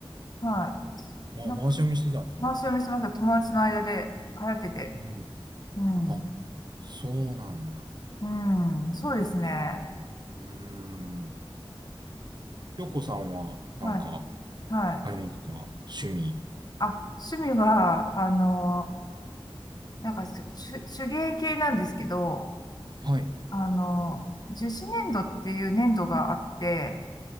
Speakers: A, on the left; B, on the right.
A: は
B: ああ、
A: い。なんか
B: 回し読みしてたんですね。
A: 回し読みしてました。友達の間で流行ってて。
B: うん。
A: うん。
B: あ、そうなんだ。
A: うん、そうですね。
B: うーん。ひょこさんは、なんか、
A: はい。はい。
B: ありますか趣味。
A: あ、趣味は、あの、なんかし手、手芸系なんですけど、
B: はい。
A: あの、樹脂粘土っていう粘土があって、